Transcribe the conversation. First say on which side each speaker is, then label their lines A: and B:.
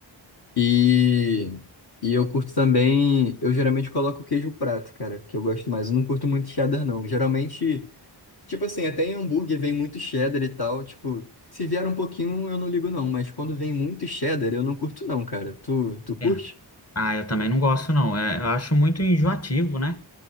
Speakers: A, on the left (about 50°); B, on the left (about 30°).
A: E, e eu curto também, eu geralmente coloco queijo prato, cara, que eu gosto mais. Eu não curto muito cheddar, não. Geralmente, tipo assim, até em hambúrguer vem muito cheddar e tal, tipo, se vier um pouquinho eu não ligo não, mas quando vem muito cheddar eu não curto não, cara. Tu, tu curte?
B: É. Ah, eu também não gosto, não. É, eu acho muito enjoativo, né?